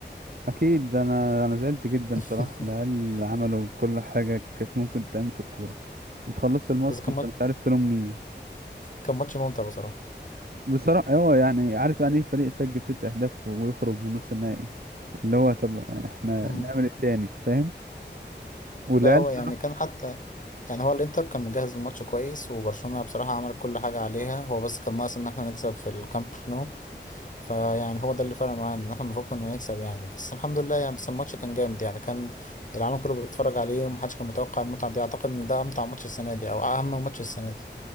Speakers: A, on the right; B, on the left.
A: اكيد انا انا زعلت جدا
B: <laughs>
A: صراحه العيال عملوا كل حاجه كانت ممكن تعمل في الكوره انت خلصت الماتش
B: بس كان
A: انت
B: ماتش-
A: مش عارف تلوم مين
B: كان ماتش ممتع بصراحه
A: بصراحه هو يعني عارف يعني ايه فريق يسجل ست اهداف ويخرج من نص النهائي اللي هو طب احنا
B: مم.
A: نعمل ايه تاني فاهم والعيال
B: لا هو
A: صراحة-
B: يعني كان حتى يعني هو الانتر كان مجهز الماتش كويس وبرشلونة بصراحة عمل كل حاجة عليها هو بس كان ناقص ان احنا نكسب في الكامب نو فيعني هو ده اللي فرق معانا ان احنا المفروض كنا نكسب يعني بس الحمد لله يعني بس الماتش كان جامد يعني كان العالم كله بيتفرج عليه ومحدش كان متوقع المتعة دي اعتقد ان ده امتع ماتش السنة دي او اهم ماتش السنة دي